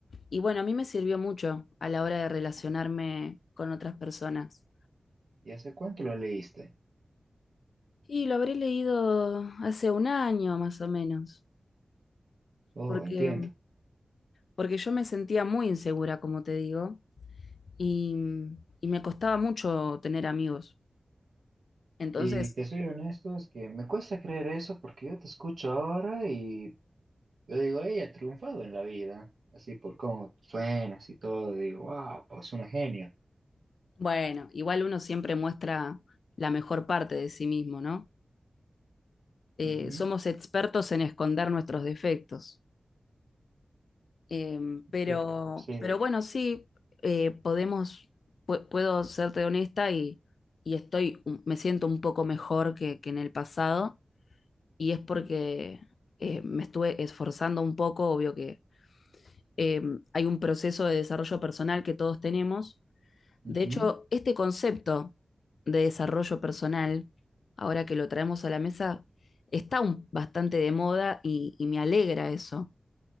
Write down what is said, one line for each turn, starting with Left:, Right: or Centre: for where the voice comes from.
Left: y bueno, a mí me sirvió mucho a la hora de relacionarme con otras personas.
Right: ¿Y hace cuánto lo leíste?
Left: Y lo habré leído hace un año más o menos,
Right: Oh,
Left: porque,
Right: entiendo.
Left: porque yo me sentía muy insegura, como te digo, y, y me costaba mucho tener amigos. Entonces,
Right: Y te soy honesto, es que me cuesta creer eso porque yo te escucho ahora y yo digo, ella ha triunfado en la vida. Así por cómo suenas y todo, digo, wow, es una genia.
Left: bueno, igual uno siempre muestra la mejor parte de sí mismo, ¿no? Eh,
Right: Ujú,
Left: somos expertos en esconder nuestros defectos. Eh, pero,
Right: Yo sí.
Left: pero bueno, sí, eh, podemos, pu- puedo serte honesta y, y estoy, me siento un poco mejor que que en el pasado y es porque eh, me estuve esforzando un poco, obvio que eh, hay un proceso de desarrollo personal que todos tenemos.
Right: ujú,
Left: De hecho, este concepto de desarrollo personal, ahora que lo traemos a la mesa, está un- bastante de moda y, y me alegra eso,